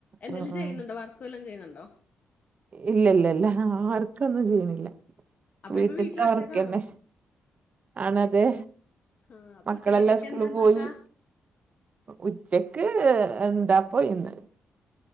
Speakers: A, on the left; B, on the right.
A: എന്തേലും
B: ഉം ഉം
A: ചെയ്യുന്നുണ്ടോ? വർക്ക് വല്ലോം ചെയ്യുന്നുണ്ടോ?
B: ഇല്ലില്ലില്ല. വർക്കൊന്നും ചെയ്യിണ്ല്ല.
A: അപ്പൊ
B: വീട്ടിത്തെവർക്കന്നെ
A: ഇപ്പൊ വീട്ടില് ഒറ്റക്കാണോ
B: ആണതെ.
A: ആഹ് അപ്പൊ
B: മക്കളെല്ലാം
A: ഉച്ചക്കത്തൊക്കെ
B: സ്കൂളി
A: എന്താ ഉണ്ടാക്കാ
B: പോയി. ഉച്ചക്ക് ഏ എന്താപ്പോ ഇന്ന്?